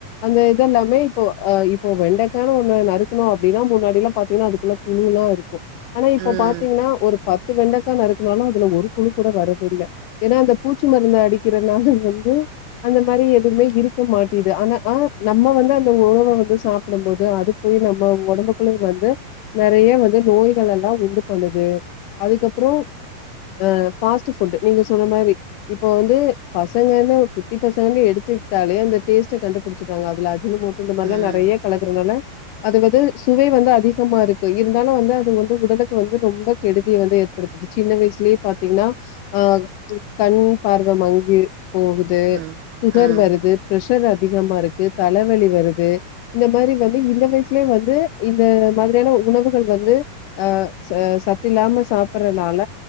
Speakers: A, on the left; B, on the right.
A: அந்த இது எல்லாமே இப்போ இப்போ வெண்டைக்கானு ஒண்ணு நறுக்குனோ அப்டின்னா முன்னாடில்லா பாத்தீங்கன்னா அதுக்குள்ள புழுலா இருக்கு ஆனா இப்ப
B: ம்
A: பாத்தீங்கன்னா ஒரு பத் வெண்டக்கா நறுக்குனோனா அதுல ஒரு குழு கூட வரதில்ல ஏன்னா அந்த பூச்சி மருந்து அடிக் கிறநலா வந்து அந்த மாரி எதுமே இருக்க மாட்டிது ஆனா அ நம்ம வந்து அந்த உறவு வந்து சாப்பிடும் போது அது போய் நம்ம உடம்புக்குள்ளயு வந்து நெறைய வந்து நோய்கள் எல்லா உண்டு பண்ணுது அதுக்கப்பறோ அ ஃபாஸ்ட் ஃபுட் நீங்க சொன்ன மாரி இப்ப வந்து பசங்கன்னே குட்டி பசங்கன்னு எடுத்துக்கிட்டாலே அந்த டேஸ்ட்ட கண்டுபிடி புடிச்சிறாங்க அதுல அஜினோ மோட்டோ இந்த மாரில்லா
B: ம்
A: நெறைய கலக்குறனால அது வந்து சுவை வந்து அதிகமா இருக்கு இருந்தாலு வந்து அது வந்து உடலுக்கு வந்து ரொம்ப கெடுதி வந்து படுத்துது சின்ன வயசுலேயே பாத்தீங்கன்னா அ கண் பார்வ மங்கு போகுது
B: ம்
A: சுகர்
B: ம்
A: வருது ப்ஷர் அதிகமா இருக் தலவலி வருது இந்த மாரி வந்து இந்த வயசுலயே வந்து இந்த மாதிரியான உணவுகள் வந்து அ சத்து இல்லாம சாப்பறனால